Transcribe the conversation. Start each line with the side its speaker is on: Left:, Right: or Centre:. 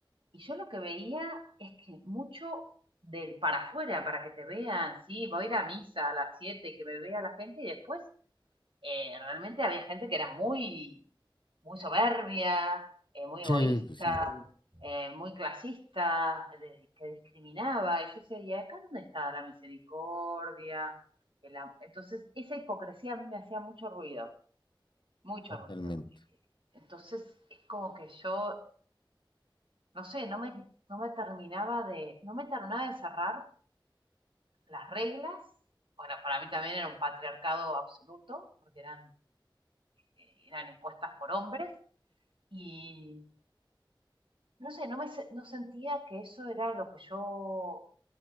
Right: y yo lo que veía es que mucho del para afuera, para que te vean, sí, voy a ir a misa a las 7 que me vea la gente y después eh, realmente había gente que era muy, muy soberbia, eh, muy
Left: sí,
Right: egoísta,
Left: pues sí,
Right: eh, muy clasista, de- que discriminaba. Y yo decía, ¿y acá dónde está la misericordia? El Entonces, esa hipocresía a mí me hacía mucho ruido, mucho
Left: totalmente.
Right: ruido. Entonces, es como que yo, no sé, no me, no me terminaba de, no me terminaba de cerrar las reglas. Bueno, para mí también era un patriarcado absoluto, porque eran, eh, eran impuestas por hombres y no sé, no, me, no sentía que eso era lo que yo,